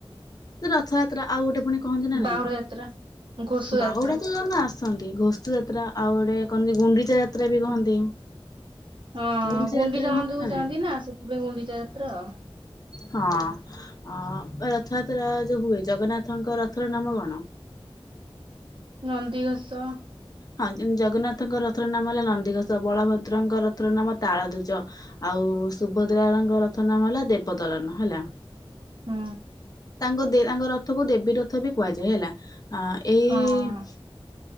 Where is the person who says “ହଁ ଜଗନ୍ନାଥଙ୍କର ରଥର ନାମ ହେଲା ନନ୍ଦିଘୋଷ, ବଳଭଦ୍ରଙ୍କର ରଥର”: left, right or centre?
Left